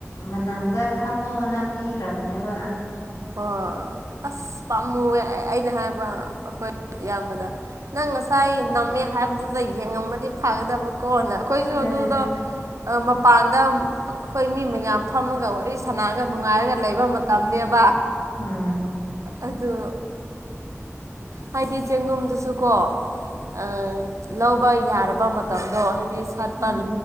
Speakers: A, on the left; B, on the right.
A: ꯃꯅꯝꯗ ꯈꯪꯉꯣꯅ ꯄꯤꯈ꯭ꯔꯕꯅꯦꯕ
B: ꯍꯣꯏ ꯑꯁ ꯄꯥꯝꯃꯨꯋꯦ ꯑꯩꯅ ꯍꯥꯏꯕ ꯑꯩꯈꯣꯏ ꯑꯌꯥꯝꯕꯗ ꯅꯪ ꯉꯁꯥꯏ ꯅꯝꯃꯦ ꯍꯥꯏꯕꯗꯨꯗ ꯌꯦꯡꯉꯝꯃꯗꯤ ꯐꯒꯗꯕ ꯀꯣꯟꯅ ꯑꯩꯈꯣꯏꯁꯨ
A: ꯑꯗꯨꯅꯦ
B: ꯑꯗꯨꯗ ꯃꯄꯥꯟꯗ ꯑꯩꯈꯣꯏ ꯃꯤ ꯃꯌꯥꯝ ꯐꯝꯃꯒ ꯋꯥꯔꯤ ꯁꯥꯟꯅꯔꯒ ꯅꯨꯡꯉꯥꯏꯔꯒ ꯂꯩꯕ ꯃꯇꯝꯕ
A: ꯎꯝ
B: ꯑꯗꯨ ꯍꯥꯏꯗꯤ ꯆꯦꯡꯒꯨꯝꯗꯨꯁꯨ ꯀꯣ ꯑ ꯂꯧ ꯌꯥꯔꯕ ꯃꯇꯝꯗꯣ ꯍꯥꯏꯗꯤ ꯁꯥꯠꯄ
A: ꯎꯝ